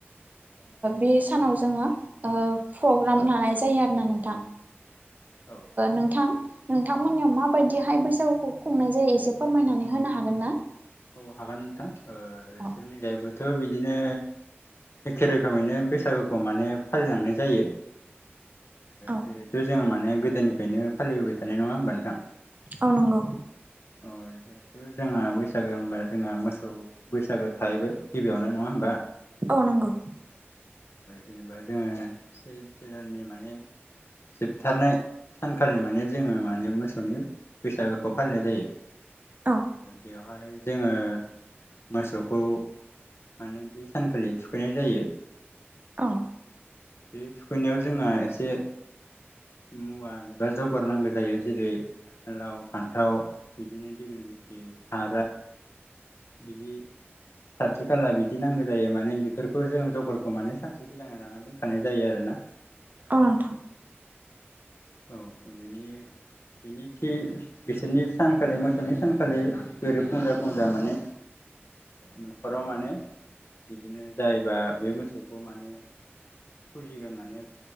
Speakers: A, on the right; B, on the left.
A: बे सानाव जोङो प्रग्राम लानाय जायो आरोना नोंथां।
B: औ
A: नोंथां। नोंथांमोननियाव माबायदिहाय बैसागुखौ खुंनाय जायो एसे फोरमायनानै होनो हागोन ना।
B: औ हागोन नोंथां
A: औ
B: जोंनि दाइफखौथ' बिदिनो। एखे रोखोमैनो बैसागुखौ माने फालिलांनाय जायो।
A: औ
B: जिहेथु जोङो माने गोदोनिफ्रायनो फालिबोबाय थानाय नङा होमबा नोंथां?
A: अ नंगौ।
B: अ जिहेथु जोंहा बैसागो होनबा जोंहा मोसौ बैसागो थाहैबाय गिबियावनो नङा होमबा?
A: औ नंगौ।
B: जेनेबा जोङो सेलनि माने जोबथारनाय। सानखालि माने जोङो माने मोसौनि बैसागोखौ फालिनाय जायो।
A: औ
B: बेवहाय जोङो मोसौखौ। माने बे सानखालि थुखैनाय जायो।
A: औ
B: बे थुखैनायाव जोंहा एसे। मुवा एबा जगारनांगौ जायो जेरै। लाव फान्थाव बिदिनो दगलि गुथि थार। बिदि। साथि खाला बिदि नांगौ जायो माने बेफोरखौ जों जगरखौ माने सानसे सिगांना लाना दोन। होखानाय जायो आरो ना।
A: औ नोंथां।
B: औ बेनि। बिनि थि बिसोरनि सानखालि मोसौनि सानखालि बेरेफुंजा फुंजा माने। न'खराव माने बिदिनो जायोबा बे मोसौखौ माने। फुजिगोन माने